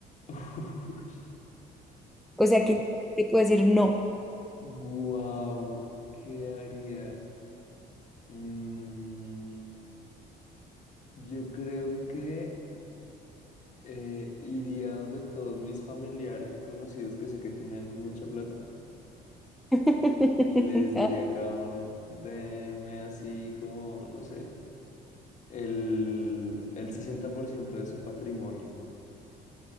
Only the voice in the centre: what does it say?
O sea, que te puede decir no.
<laughs>